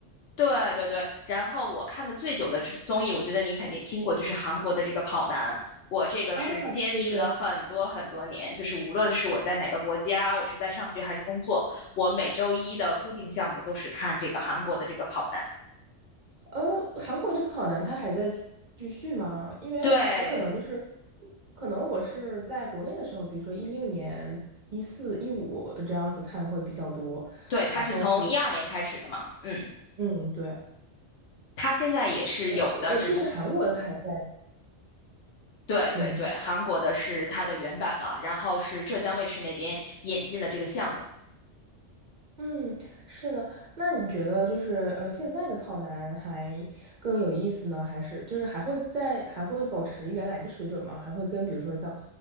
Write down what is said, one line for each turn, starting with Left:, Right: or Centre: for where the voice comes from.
Left: 对对对，然后我看的最久的之综艺，我觉得你肯定听过，就是韩国的这个《跑男》，我这个是坚持了很多很多年，
Right: 啊，对对对。
Left: 就是无论是我在哪个国家，我是在上学还是工作，我每周一的固定项目都是看这个韩国的这个《跑男》。
Right: 呃，韩国这个跑男他还在继续吗？因为我可能就是，
Left: 对
Right: 可能我是在国内的时候，比如说一六年、一四、一五这样子看的会比较多，
Left: 对，它是从一二年开始的嘛，
Right: 然后
Left: 嗯，
Right: 嗯，对，
Left: 它现在也是有的，
Right: 呃呃，
Left: 只不
Right: 就是韩国的他还在，
Left: 对对对，
Right: 嗯。
Left: 韩国的是它的原版嘛，然后是浙江卫视那边引进了这个项目。
Right: 嗯，是的。那你觉得就是呃，现在的跑男还更有意思呢，还是就是还会在还会保持原来的水准吗？还会跟比如说像